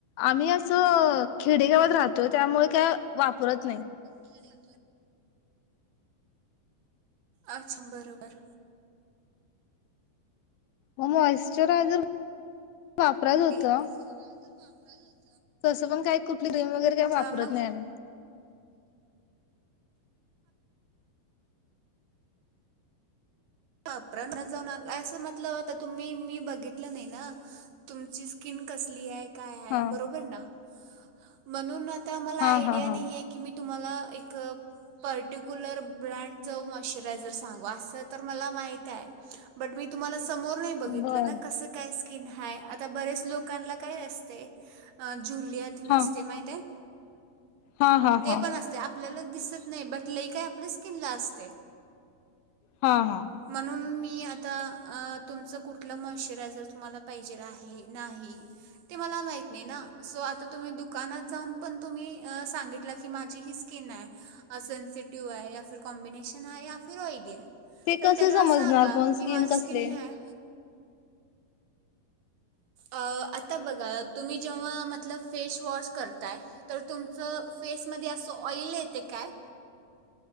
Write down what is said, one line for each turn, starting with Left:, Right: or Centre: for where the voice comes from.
Left: आम्ही असं खेडेगावात राहतोय, त्यामुळे काय वापरत नाही.
Right: <unintelligible> अच्छा बरोबर
Left: मग मॉइश्चरायझर वापरायचं होतं
Right: दि मॉइश्चरायझर वापरायच होत.
Left: तसं पण काही कुठली क्रीम वगैरे काय वापरत
Right: मग
Left: नाही आम्ही
Right: वापरात जाऊन आणलायसा ना म्हटल्यावर आता तुम्ही मी बघितलं नाही ना तुमची स्किन कसली आहे. काय आहे
Left: हा
Right: बरोबर ना म्हणून आ मला
Left: हा
Right: आयडिया
Left: हा
Right: नाहीे
Left: हा
Right: की मी तुम्हाला एक पर्टिक्युलर ब्रँडच मॉइश्चरायझर सांगु अस तुम्हाला माहित आहे बट मी तुम्हाला सां समोर नाही बघितलं
Left: बर
Right: ना कसं काय की नाय आता बरेच लोकांना काय असते जु रियातीन
Left: हा
Right: असते माहित आहे.
Left: हा हा
Right: ते
Left: हा.
Right: पण असते आपल्याला दिसत नाही बट लई काय आपल्या स्किनला असतय.
Left: हा हा
Right: म्हणून मी मी आता तुमचं कुठलं मॉश्चरायझर तुम्हाला पाहिजे आहे नाही ते मला माहीत नाही. ना सो आता तुम्ही दुकानात जाऊन पण तुम्ही सांगितलं की माझी ही स्किन आहे. सेन्सिटिव्ह आहे या फिर कॉम्बिनेशन आहे या फिर ऑइली आहे.
Left: ते
Right: तर
Left: कस
Right: त्यांना
Left: समजणार
Right: सांगा
Left: पण
Right: की
Left: स्किन
Right: माझी
Left: कसले
Right: हे आहे आता बघा तुम्ही जेव्हा मतलब फेशवॉश करताय. तर तुमचं फेसमध्ये असं ऑइल येते काय?